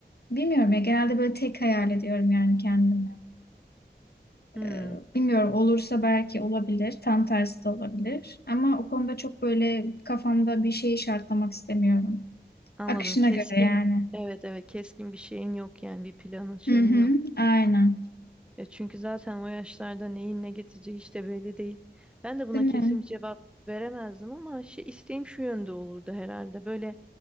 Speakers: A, on the left (about 65°); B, in the centre.
A: bilmiyorum ya genelde böyle tek hayal ediyorum yani kendimi.
B: Hmm,
A: Ee, bilmiyorum olursa belki olabilir tam tersi de olabilir. Ama o konuda çok böyle kafamda bir şeyi şartlamak istemiyorum.
B: anladım.
A: Akışına
B: Keskin.
A: göre yani.
B: Evet evet keskin bir şeyin yok yani bir planın şeyin
A: Hı hı,
B: yok.
A: aynen.
B: Ya çünkü zaten o yaşlarda neyin ne getireceği hiç de belli değil. Ben de buna
A: Değil mi?
B: kesin bir cevap veremezdim ama şey isteğim şu yönde olurdu herhalde. Böyle